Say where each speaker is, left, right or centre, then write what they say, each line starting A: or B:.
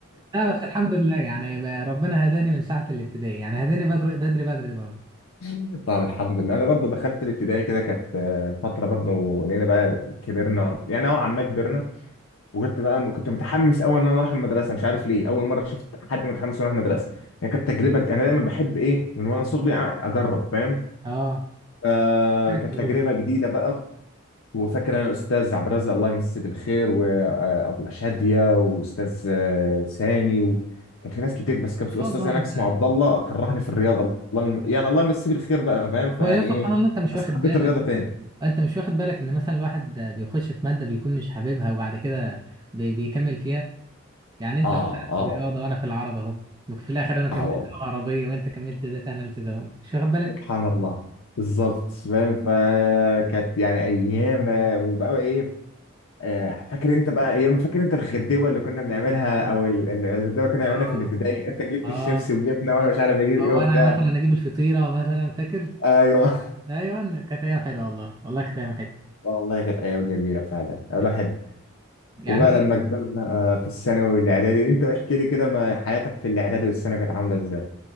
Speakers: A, on the right (about 20°); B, on the left (about 80°).
A: لا بس الحمد لله يعني بقى ربنا هداني من ساعه الابتدائي يعني هداني بدري بدري بدري برضه
B: <laughs> طب الحمد لله انا برضه دخلت الابتدائي كده كانت آه، فتره برضه لقينا بقى كبرنا يعني نوعا ما كبرنا وكنت بقى كنت متحمس قوي ان انا اروح المدرسه مش عارف ليه اول مره شفت حد متحمس يروح المدرسه يعني كانت تجربه جديدة. انا دايما بحب ايه من وانا صغري أع- اجرب فاهم
A: اه
B: آه
A: حاجه
B: كانت
A: تجربه
B: تجربه
A: ان
B: جديده بقى وفاكر انا الاستاذ عبد الرزاق الله يمسيه بالخير وابله شاديه واستاذ آه، سامي وكان في ناس كتير بس كان
A: شاء
B: في استاذ
A: الله
B: هناك
A: انت
B: اسمه عبد الله كرهني في الرياضه الله يعني الله يمسيه بالخير بقى فاهم فيعني
A: هو يا سبحان
B: ايه
A: الله انت مش
B: بس
A: واخد
B: حبيت
A: بالك
B: الرياضه تاني
A: انت مش واخد بالك ان مثلا الواحد بيخش في ماده بيكون مش حاببها وبعد كده بي- بيكمل فيها يعني انت
B: اه
A: مثلا
B: اه
A: في الرياضه
B: والله
A: وانا في العربي اهو وفي الاخر انا كملت
B: اه والله
A: لغه عربيه وانت كملت داتا اناليسيز اهو مش واخد بالك
B: سبحان الله بالظبط فاهم فكانت يعني ايام آه، وبقى ايه آه، فاكر انت بقى ايام فاكر انت الغدوه اللي كنا بنعملها او ال- الغدوه اللي كنا
A: اه
B: بنعملها في الابتدائي انت جبت
A: اه
B: الشيبسي وجبنا وانا مش عارف اجيب
A: او
B: ايه وبتاع
A: انا مثلا اجيب الفطيره مثلا فاكر
B: ايوه
A: ايوه كانت ايام حلوه والله والله كانت ايام حلوه
B: والله كانت ايام جميله فعلا الواحد
A: والله يعني
B: وبقى لما كبرنا آه، في الثانوي والاعدادي انت احكي لي كده ما حياتك في الاعدادي والثانوي كانت عامله ازاي